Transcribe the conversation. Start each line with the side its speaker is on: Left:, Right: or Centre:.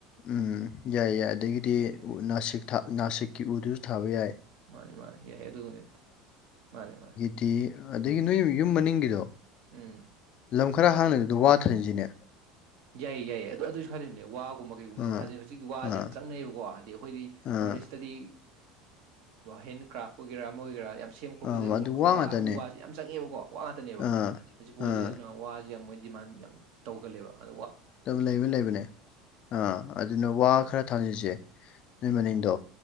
Left: ꯎꯝ ꯌꯥꯏ ꯌꯥꯏ ꯑꯗꯒꯤꯗꯤ
Right: ꯌꯥꯏ-
Left: ꯎ ꯅꯥꯁꯤꯛ ꯅꯥꯁꯤꯛꯀꯤ ꯎꯗꯨꯁꯨ ꯊꯥꯕ ꯌꯥꯏ
Right: ꯃꯥꯅꯤ ꯃꯥꯅꯤ ꯌꯥꯏꯦ ꯑꯗꯨꯅꯤ ꯃꯥꯅꯦ ꯃꯥꯅꯦ
Left: ꯑꯗꯨꯗꯤ ꯑꯗꯒꯤ ꯅꯣꯏ ꯌꯨꯝ ꯃꯅꯤꯡꯒꯤꯗꯣ
Right: ꯎꯝ
Left: ꯂꯝ ꯈꯔ ꯍꯥꯡꯅꯗꯗ ꯋꯥꯊꯟꯁꯤꯅꯦ
Right: ꯌꯥꯏꯌꯦ ꯌꯥꯏꯌꯦ ꯑꯗꯣ ꯑꯗꯨ ꯑꯣꯏꯁꯨ ꯈꯥꯗꯕꯅꯦ ꯋꯥꯒꯨꯝꯕ ꯀꯩꯒꯨꯝꯁꯦ
Left: ꯑꯥ
Right: ꯊꯥꯖꯩ ꯍꯧꯖꯤꯛꯤ ꯋꯥꯁꯦ
Left: ꯑꯥ
Right: ꯌꯥꯝ ꯆꯪꯅꯩꯌꯦꯕꯀꯣ ꯍꯥꯏꯗꯤ ꯑꯩꯈꯣꯏꯗꯤ
Left: ꯑꯥ
Right: ꯅꯣꯔꯠ ꯏꯁꯇꯗꯤ ꯍꯦꯟꯦꯟ ꯀ꯭ꯔꯥꯐ ꯑꯣꯏꯒꯦꯔꯥ ꯑꯃ ꯑꯣꯏꯒꯦꯔꯥ ꯌꯥꯝ ꯁꯦꯝ ꯈꯣꯠꯄꯗ
Left: ꯑꯥ
Right: ꯎ
Left: ꯑꯗꯨ ꯋꯥ ꯉꯥꯛꯇꯅꯦ
Right: ꯋꯥꯁꯤ ꯌꯥꯝ ꯆꯪꯉꯦꯕꯀꯣ ꯋꯥ ꯉꯥꯛꯇꯅꯦꯕ
Left: ꯑꯥ
Right: ꯑꯁꯤ ꯄꯣꯠꯁꯤ
Left: ꯑꯥ
Right: ꯑꯗꯨꯅ ꯋꯥꯁꯦ ꯌꯥꯝ ꯃꯣꯏ ꯗꯤꯃꯥꯟ ꯌꯥꯝ ꯇꯧꯒꯜꯂꯦꯕ ꯑ
Left: ꯑꯗꯨꯝ ꯂꯩꯕ ꯂꯩꯕꯅꯦ ꯑꯥ ꯑꯗꯨꯅ ꯋꯥ
Right: ꯑꯗꯨ
Left: ꯈꯔ ꯊꯥꯖꯤꯁꯦ ꯅꯣꯏ
Right: ꯎꯝ
Left: ꯃꯅꯤꯡꯗꯣ